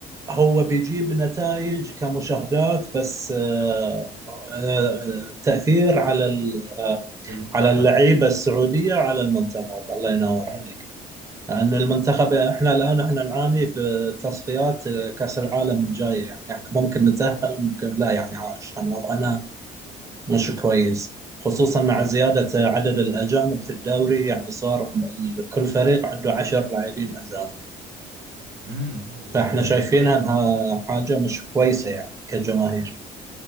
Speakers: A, on the right; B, on the right.
A: هو بيجيب نتائج كمشاهدات بس آه، آه، التاثير على ال- آه،
B: المنتخب
A: على اللعيبه السعوديه على المنتخب الله ينور
B: امم
A: عليك لان المنتخب احنا الان احنا نعاني في تصفيات كاس العالم الجايه يعني احنا ممكن نتاهل ممكن لا يعني عشان وضعنا مش كويس خصوصا مع زياده عدد الاجانب في الدوري يعني صار كل فريق عنده 10 لاعبين اجانب
B: امم وما
A: فاحنا شايفينها
B: هي
A: انها حاجه مش كويسه يعني كجماهير